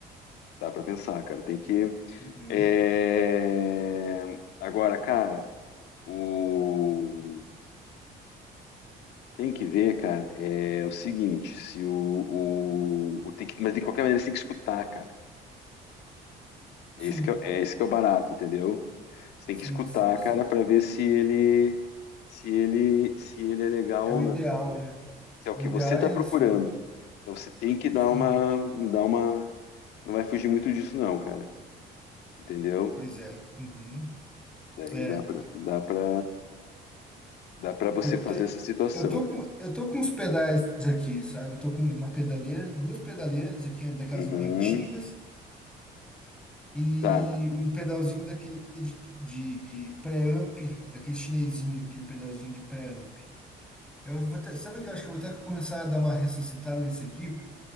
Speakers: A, on the left (about 80°); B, in the centre.
A: Dá pra pensar, cara. Tem que.
B: Uhum.
A: É, Agora, cara, o... tem que ver, cara, é o seguinte, se o, o, o tem que... Mas de qualquer maneira você tem que escutar, cara.
B: Sim,
A: Esse que é, o- é esse que é o barato, entendeu? Você tem
B: sim,
A: que escutar,
B: sim, sim.
A: cara, pra ver se ele se ele se ele é legal
B: É
A: ou
B: o ideal,
A: não.
B: né?
A: Se é o
B: O
A: que
B: ideal
A: você
B: é
A: tá procurando.
B: isso, né?
A: Então você tem que dar
B: Justamente.
A: uma, dar uma, não vai fugir muito disso não, cara, entendeu?
B: Pois é. Uhum.
A: Daí
B: É.
A: dá pra, dá pra, dá pra você
B: Eu,
A: fazer
B: te,
A: essa situação,
B: eu tô
A: cara.
B: com, eu tô com os pedais aqui, sabe? Eu tô com uma pedaleira, duas pedaleiras aqui, né, daquelas
A: Uhum,
B: antigas, e
A: tá,
B: um pedalzinho daquele de, de pré-amp, daquele chinesinho, aquele pedalzinho de pré-amp. Eu vou até, sabe o que eu acho que eu vou até começar a dar uma ressuscitada nesse aqui,